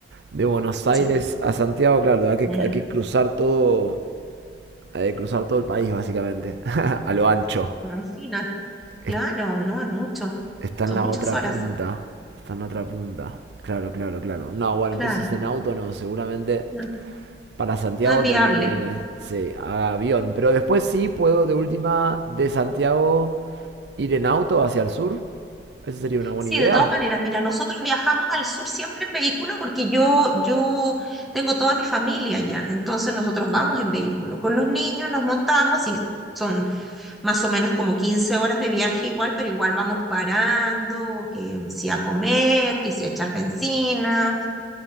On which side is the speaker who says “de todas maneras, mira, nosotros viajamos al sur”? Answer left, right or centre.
Centre